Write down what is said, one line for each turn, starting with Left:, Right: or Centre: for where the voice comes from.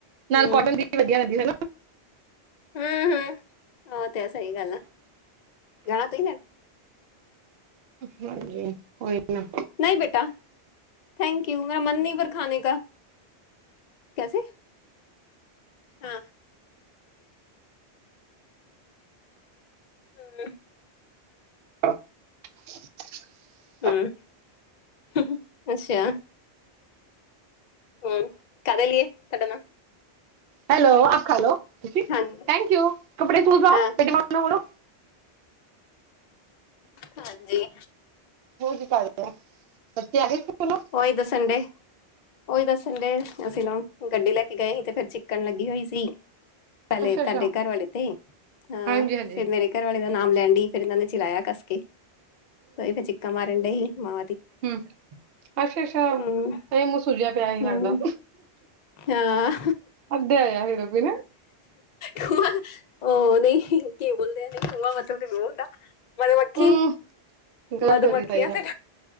Right: ਨਾਲ
Left: ਹੂੰ।
Right: ਕੋਟਨ ਦੀ ਵਧੀਆ ਲਗਦੀ ਹਨਾ।
Left: ਹੂੰ-ਹੂੰ ਔ ਤੇ ਐ ਸਈ ਗੱਲ ਆ, ਜਾਣਾ ਤੁਹੀ ਲੈ
Right: ਹਾਂਜੀ ਔਈ ਨਾ।
Left: ਨੂਈ ਬੇਟਾ, ਥੈਂਕ ਯੂ ਮੇਰਾ ਮਨ ਨੀ ਪਰ ਖਾਨੇ ਕਾ। ਕੈਸੇ ਹਾਂ। ਹੂੰ।
Right: <inaudible> <inaudible>
Left: ਹਮ ਅੱਛਾ। ਹਮ, ਕਾਹਦੇ ਲੀਏ ਕਡਨਾ।
Right: ਹੈਲੋ, ਆਪ ਖਾਲੋ, ਤੁਸੀਂ
Left: ਹਾਂਜੀ
Right: ਥੈਂਕ ਯੂ, ਕਪੜੇ ਸੂ ਜਾਓ,
Left: ਹਾਂ
Right: ਤੇ ਡਿਮਾਂਡ ਨੂੰ ਵੜੋ
Left: ਹਾਂਜੀ।
Right: ਰੋਜ ਈ ਕਰ ਦਾ, ਬੱਚੇ ਆ ਗਏ ਸੀ ਸਕੂਲੋ?
Left: ਓਹੀ ਦੱਸਣ, ਡੇ ਉਹੀ ਦੱਸਣ ਡੇ, ਅਸੀਂ ਨਾ ਗੱਡੀ। ਲੈ ਕੇ ਗਏ ਸੀ। ਤੇ ਫਿਰ ਚੀਕਣ ਲੱਗੀ ਹੋਈ ਸੀ। ਪਹਿਲੇ
Right: ਅੱਛਾ
Left: ਤੁਹਾਡੇ
Right: ਅੱਛਾ
Left: ਘਰ ਵਾਲੇ ਤੇ, ਹਾ
Right: ਹਾਂਜੀ ਹਾਂਜੀ
Left: ਫਿਰ ਮੇਰੇ ਘਰ ਵਾਲੇ ਦਾ ਨਾਮ ਲੈਣ ਡਈ ਫੇਰ ਇਹਨਾਂ ਨੇ ਚਲਾਇਆ ਕੱਸ ਕੇ, ਤਾ ਈਂ ਤਾਂ ਹੀ ਚੀਕਾਂ ਮਾਰਨ ਡਈ ਸੀ ਮਾਾਂ
Right: ਹੁ ਅੱਛਾ-ਅੱਛਾ
Left: ਹੂੰ
Right: ਤਾਂ ਹੀ ਮੂੰਹ ਸੂਝਿਆ, ਪਿਆ ਹੀ
Left: ਹੂੰ
Right: ਲੱਗਦਾ
Left: ਹਾਂ
Right: ਅੱਧੇ ਆਇਆ ਫਿਰ ਵੀ ਨਾ
Left: ਖੂਆ, ਉਹ ਨਹੀਂ, ਕੀ ਬੋਲਦੇ ਆ ਨਈ ਖੂਆ ਮਤਲਬ, ਤੇ ਬਹੁਤ ਹੁੰਦਾ ਮਧੂ-ਮੱਖੀ
Right: ਹੂੰ ਗਲਤ
Left: ਮਧੂਮੱਖੀਆ
Right: ਹੋ ਗਈ ਸਹੀ
Left: <unintelligible> <inaudible>
Right: ਆ
Left: ਹਾਏ